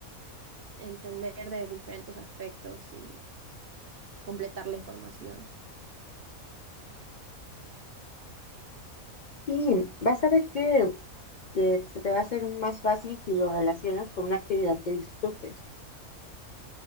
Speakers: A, on the right; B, on the left.
A: entender de diferentes aspectos y completar la información.
B: Y vas a ver que, que se te va a hacer más fácil si lo relacionas con una actividad que disfrutes.